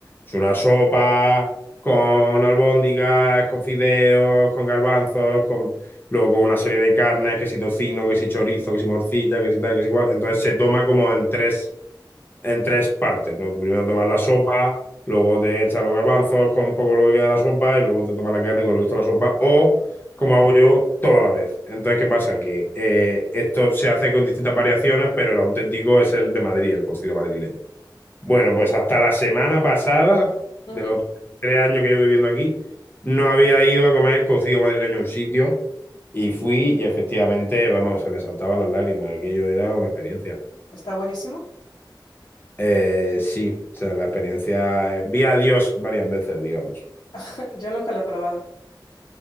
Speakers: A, on the left; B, on the left.
A: Es una sopa con albóndigas, con fideos, con garbanzos, con luego con una serie de carnes, que si tocino, que si chorizo, que si morcilla, que si tal, que si cual. Entonces se toma como en tres, en tres partes, ¿no? Tú primero tomas la sopa, luego te echas los garbanzos con un poco lo que queda de la sopa y luego te tomas la carne con el resto de la sopa o como hago yo toda la vez. Entonces, ¿qué pasa? Que eh, esto se hace con distintas variaciones, pero el auténtico es el de Madrid, el cocido madrileño. Bueno, pues hasta la semana pasada,
B: ujú.
A: de los tres años que llevo viviendo aquí, no había ido a comer cocido madrileño a un sitio y fui y efectivamente, vamos, se me saltaban las lágrimas. Aquello era una experiencia.
B: Está buenísimo.
A: Eh, sí, o sea, la experiencia. eh, Vi a Dios varias veces, digamos.
B: <laughs> Yo nunca lo he probado.